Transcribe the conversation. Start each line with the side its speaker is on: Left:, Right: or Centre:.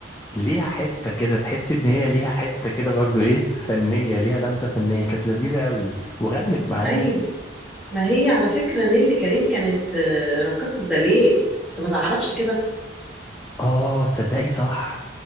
Left: ليها حتة كده تحس ان هي ليها حتة كده برضو ايه فنية ليها لمسة فنية كانت لذيذة قوي وغنت معاه
Centre: ايوه ما هي على فكرة نيلي كريم كانت آه، رقصة باليه انت ما تعرفش كده
Left: اه تصدقي صح